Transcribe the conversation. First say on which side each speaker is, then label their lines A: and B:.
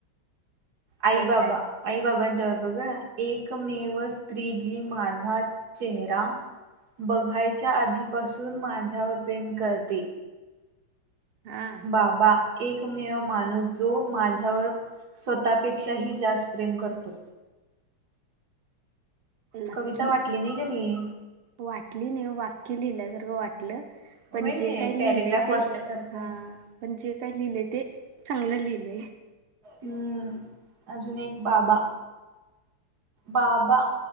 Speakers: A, on the right; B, on the right.
A: आई
B: व्हय
A: बाबा
B: काय
A: आई बाबांच्यावर बघ ह एकमेव स्त्रीजी माझा चेहरा बघायच्या आधीपासून माझ्यावर प्रेम करते.
B: हा
A: बाबा एकमेव माणूस जो माझ्यावर स्वतःपेक्षाही जास्त प्रेम करतो.
B: लकी.
A: कविता वाटली नाही कणी.
B: वाटली नाहीव वाक्य लिहिल्या सारखं वाट लं
A: होय
B: पण
A: नाही
B: जे काय
A: पॅरेग्राफ
B: लिहिलंय ते
A: वाचल्यासारखं.
B: हा पण जे काय लिहिलंय ते चांगलं लिहिलंय
A: हम्म अजुून एक बाबा बाबा